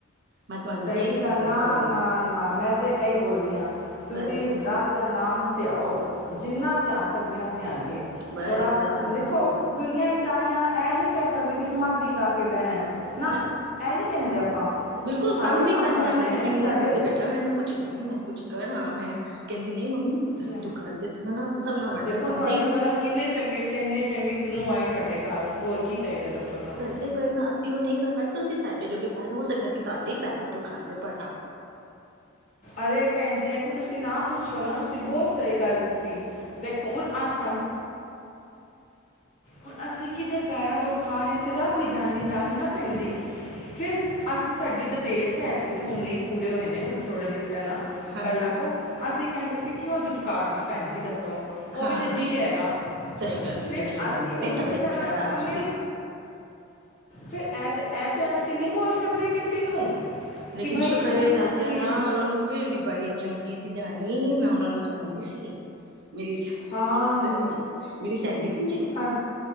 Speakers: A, on the right; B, on the left.
A: ਮੈਂ ਤੁਹਾਨੂੰ
B: ਸਹੀ
A: ਕੀ ਕੀ
B: ਗੱਲ
A: ਦੱਸਾਂ
B: ਨਾ ਨਾ ਨਾ ਮੈਂ ਤਾਂ ਇਹੀ ਬੋਲਦੀ ਹਾਂ ਤੁਸੀਂ
A: ਬਸ
B: ਰੱਬ ਦਾ ਨਾਮ ਧਿਆਓ ਜਿੰਨਾ ਧਿਆ ਸਕਦੇ ਹ ਧਿਆਈਏ
A: ਬਸ
B: ਉਹ ਰੱਬ ਸਾਨੂੰ
A: ਬਸ ਭੈਣ
B: ਦੇਖੋ।
A: ਜੀ
B: ਦੁਨੀਆਂ ਵਿਚ ਚ ਆਏ ਆ ਇਹ ਨਹੀਂ ਕਹਿ ਸਕਦੇ ਕਿ ਸਮਾਧੀ ਲਾ ਕੇ ਬਹਿਣਾ। ਨਾ
A: ਮੈਂ
B: ਇਹ ਨਹੀਂ ਕਹਿੰਦੇ ਆਪਾਂ।
A: ਬਿਲਕੁਲ
B: ਸਾਰੇ
A: ਕੰਮ ਵੀ ਕਰਨਾ
B: ਕਰਨੇ
A: ਮੈਂ ਤਾਂ
B: ਨੇ
A: ਆਪੀ ਨੂੰਹ
B: ਸਾਡੇ
A: ਨੂੰ ਬੋਲਦੀ ਬੇਟਾ ਮੈਨੂੰ ਕੁੱਛ ਦੀ ਮੈਂ। ਕੁਛ ਕਰ ਮੈਂ ਕਹਿੰਦੀ ਨਹੀਂ ਮੰਮੀ ਤੁਸੀਂ
B: ਨੇ
A: ਜੋ ਕਰਦੇ ਪਏ ਨਾ ਉਹ ਸਬ ਨਾਲ ਵੱਡਾ
B: ਦੇਖੋ ਹੁਣ
A: ਤੁਹਾਡੇ।
B: ਕਰਮ ਕਿੰਨੇ ਚੰਗੇ ਕਿ ਇੰਨੇ ਚੰਗੇ ਕਿ ਐਨੀ ਚੰਗੀ ਨੂੰਹ ਆਈ ਤੁਹਾਡੇ ਘਰ ਹੋਰ ਕੀ ਚਾਹੀਦਾ ਦੱਸੋ ਤੁਹਾਨੂੰ।
A: ਦੇ ਪਏ ਨਾ ਅਸੀਂ ਉਹ ਨਹੀਂ ਕਰ ਪਾਏ ਤੁਸੀਂ ਸਾਡੇ ਜੋਗੇ ਪਾ ਲਓ ਹੋ ਸਕਦਾ ਅਸੀਂ ਤੁਹਾਡੇ ਪੈਰਾਂ ਤੋਂ ਖਾਂਦੇ ਪਏ ਆ।
B: ਅਰੇ ਭੈਣ ਜੀ, ਇੱਥੇ ਤੁਸੀਂ ਨਾ ਪੁੱਛੋ ਨਾ ਤੁਸੀਂ ਬਹੁਤ ਸਹੀ ਗੱਲ। ਕੀਤੀ ਦੇਖੋ ਹੁਣ ਆਸਾਨ। ਹੁਣ ਅਸੀਂ ਕਿਦੇ ਪੈਰਾਂ ਤੋਂ ਖਾ ਰਹੇ ਹਾਂ ਅਤੇ ਰੱਬ ਵੀ ਜਾਂਣੀ ਜਾਣ ਏ ਨਾ ਭੈਣ ਜੀ। ਫਿਰ ਅਸੀਂ ਸਾਡੀ ਦਦੇਸ ਹੈ ਸੀ ਜ ਹੁਣ ਹੀ ਪੂਰੇ ਹੋਏ ਨੇ ਹੁਨ ਥੋੜੇ ਦਿਨ ਪਹਿਲਾਂ।
A: ਹਾਂਜੀ
B: ਪਹਿਲਾਂ ਕੋਹ ਅਸੀਂ ਕਹਿੰਦੇ ਸੀ ਕਿਉਂ ਦੁਤਕਾਰਨਾ ਭੈਣ ਜੀ ਦੱਸੋ। ਉਹ
A: ਹਾਂਜੀ
B: ਵੀ ਤੇ ਜੀਅ ਹੈਗਾ
A: ਸਹੀ ਗੱਲ ਹੈ
B: ਫਿਰ
A: ਲੇਕਿਨ
B: ਅਸੀਂ
A: ਦੀ ਬੜੀ
B: ਉਹਨਾਂ
A: ਤਬੀਅਤ
B: ਦੇ ਪੈਰਾਂ
A: ਖ਼ਰਾਬ
B: ਤੋਂ ਖਾਂਦੇ
A: ਸੀ
B: ਹਾਂ। ਫਿਰ ਇਹ ਤੇ ਇਹ ਤੇ ਅਸੀਂ ਨਹੀਂ ਬੋਲ ਸਕਦੇ ਕਿਸੇ ਨੂੰ।
A: ਲੇਕਿਨ
B: ਕਿ ਭਾਈ
A: ਸ਼ੁਕਰ
B: ਤੂੰ
A: ਏ ਦਾਤਿਆ
B: ਕੀ
A: ਦਾ ਉਹਨਾਂ ਨੂੰ। ਫਿਰ ਵੀ ਬੜੀ ਚੰਗੀ ਸੀ ਜਨਾਨੀ ਮੈਂ ਉਹਨਾਂ ਨੂੰ ਜਾਣਦੀ ਸੀ ਮੇਰੀ। ਸੈਲੀ
B: ਹਾਂ ਜੀ
A: ਮੇਰੀ ਸੈਲੀ ਸੀ ਜੇ।
B: ਹਾਂ